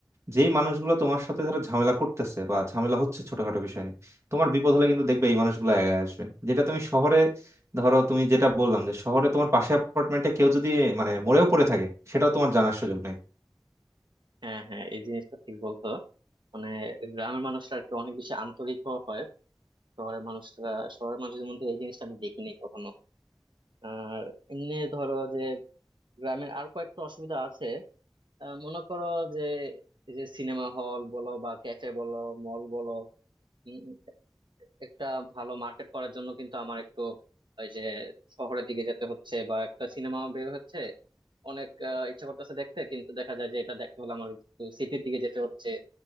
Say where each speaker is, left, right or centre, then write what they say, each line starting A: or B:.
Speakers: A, on the right; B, on the right.
A: যেই মানুষগুলো তোমার সাথে ধরো ঝামেলা করতেছে বা ঝামেলা হচ্ছে ছোটখাটো বিষয় নিয়ে তোমার বিপদ হলে কিন্তু দেখবে এই মানুষগুলো আগে আসবে যেটা তুমি শহরে ধরো তুমি যেটা বললাম যে শহরে তোমার পাশে অ্যাপার্টমেন্টে কেউ যদি মানে মরেও পড়ে থাকে সেটাও তোমার জানার সুযোগ নাই
B: হ্যাঁ হ্যাঁ এই জিনিসটা ঠিক বলতো মানে গ্রামের মানুষরা আর কি অনেক বেশি আন্তরিক হয় শহরের মানুষরা শহরের মানুষদের মধ্যে এই জিনিসটা আমি দেখিনি কখনো আর এমনি ধরো যে গ্রামের আর কয়েকটা অসুবিধা আছে আহ, মনে করো যে এই যে সিনেমা হল বলো বা ক্যাফে বলো মল বলো উম, একটা ভালো মার্কেট করার জন্য কিন্তু আমার একটু ওই যে শহরের দিকে যেতে হচ্ছে বা একটা সিনেমা বের হচ্ছে অনেক আহ, ইচ্ছা করতেছে দেখতে কিন্তু দেখা যায় যে এটা দেখতে হলে আমার একটু সিটির দিকে যেতে হচ্ছে